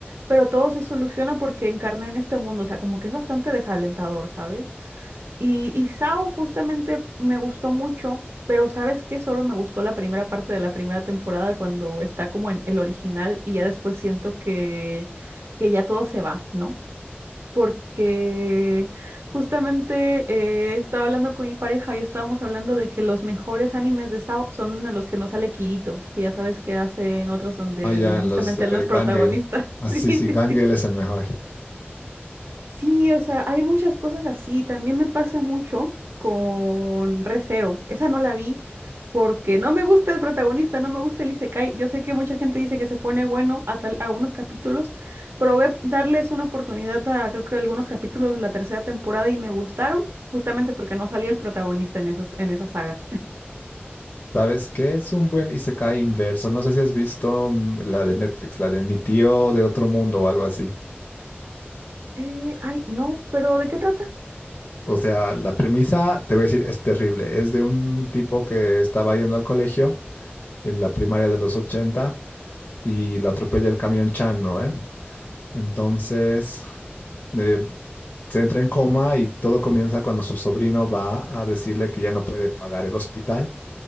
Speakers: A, on the right; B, on the left.
A: pero todo se soluciona porque encarné en este mundo. O sea, como que es bastante desalentador, ¿sabes? Y, y Sao justamente me gustó mucho, pero ¿sabes qué? Solo me gustó la primera parte de la primera temporada cuando está como en el original y ya después siento que, que ya todo se va, ¿no? Porque justamente eh, estaba hablando con mi pareja y estábamos hablando de que los mejores animes de Sao son en los que no sale Kirito, que ya sabes que hacen otros donde,
B: Ah, ya,
A: donde justamente
B: los de
A: él no es protagonista.
B: Gun Gale.
A: <laughs>
B: Ah,
A: Sí,
B: sí, sí,
A: sí,
B: Gun
A: sí.
B: Gale es el mejor.
A: Sí, o sea, hay muchas cosas así. También me pasa mucho con Re:Zero. Esa no la vi porque no me gusta el protagonista, no me gusta el Isekai. Yo sé que mucha gente dice que se pone bueno a tal, a algunos capítulos. Probé darles una oportunidad a creo que algunos capítulos de la tercera temporada y me gustaron, justamente porque no salía el protagonista en esos, en esa saga.
B: ¿Sabes qué? Es un buen Isekai inverso. No sé si has visto mm, la de Netflix, la de Mi tío de otro mundo o algo así.
A: Eh, ay, no, pero ¿de qué trata?
B: O sea, la premisa, te voy a decir, es terrible. Es de un tipo que estaba yendo al colegio en la primaria de los 80 y lo atropella el camión Chan, ¿no? ve? Entonces, eh, se entra en coma y todo comienza cuando su sobrino va a decirle que ya no puede pagar el hospital